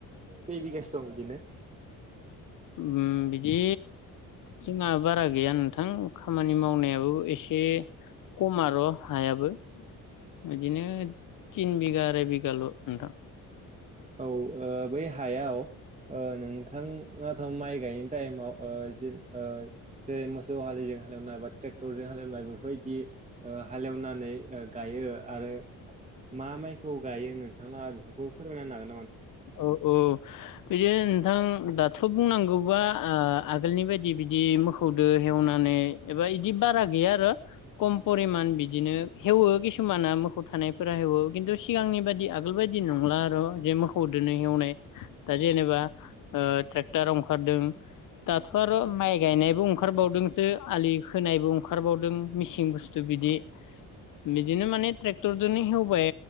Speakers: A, on the right (about 20°); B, on the left (about 65°).
A: खै बिघासो दं बिदिनो?
B: उम बिदि जोंहा बारा गैया नोंथां खामानि मावनायाबो एसे खमआर' हायाबो। बिदिनो तिन बिघा आराय बिघाल' नोंथां।
A: औ ओ बै हायाव ओ नोंथांङाथ' माइ गायनो टाइमाव ओ जेन ओ जेरै जेरै मोसौ हालिजों हालेवनाय बा ट्रेक्टरजों हालेवनाय बेफोरबायदि ओ हालेवनानै ओ गायो आरो मा माइखौ गायो नोंथांलाहा बेफोरखौ फोरमायना होनो हागोन दा?
B: औ औ बिदिनो नोंथां दाथ' बुंनांगौबा ओ आगोलनि बायदि बिदि मोसौ खौदो एवनानै एबा इदि बारा गैया आरो कम परिमान बिदिनो हेवो किसु माना मोखौ थानायफोरा हेवो खिन्थु सिगांनि बादि आगोल बायदि नंला आरो' जे मोख खौदोनो एवनाय दा जेनेबा ओ ट्रेक्टार अंखारदों दाथ' आर' माइ गायनायबो ओंखारबावदोंसो आलि खोनायबो अंखारबावदों मिसिं बुस्थु बिदि बिदिनो माने ट्रेक्टरदोनो हेवबाय